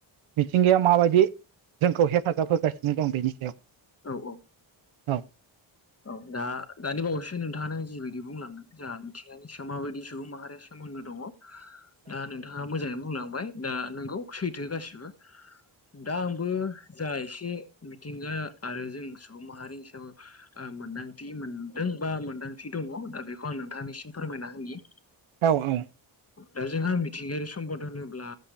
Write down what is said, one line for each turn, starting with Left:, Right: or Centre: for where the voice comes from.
Right: मिथिंगाया माबायदि जोंखौ हेफाजाब होगासिनो दं बेनि सायाव
Left: औ औ।
Right: औ।
Left: औ दा दानि बावैसो नोंथाङां जिबायदि बुंलांदों जोंहा मिथिंगानि माबायदि सुबुं माहारिया सोमोन्दो दङ दा नोंथाङा मोजाङै बुंलांबाय दा नोंगौ सैथो गासिबो। दा आंबो जा एसे मिथिंगा आरो जों सुबुं माहारि हिसाब ओ मोन्दांथि मोनदों बा मोन्दांथि दङ दा बेखौ आं नोंथांनिसिम फोरमायना होनि।
Right: औ औ।
Left: दा जोंहा मिथिंगायारि सम्पद होनोब्ला